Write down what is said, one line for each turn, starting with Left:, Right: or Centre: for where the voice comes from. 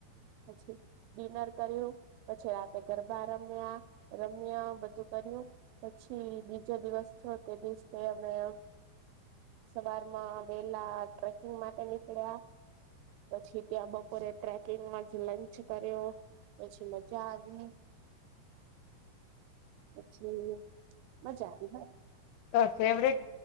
Right: પછી ડિનર કર્યું, પછી રાતે ગરબા રમ્યા રમ્યા, બધું કર્યું, પછી બીજો દિવસ છ તે દિવસે અમે સવારમાં વેલા ટ્રેકિંગ માટે નીકળ્યા, પછી ત્યાં બપોરે ટ્રેકિંગમાં જ લંચ કર્યો, પછી મજા આવી
Left: <unintelligible>
Right: <unintelligible> મજા આવી
Left: તો
Right: બસ
Left: ફેવરિટ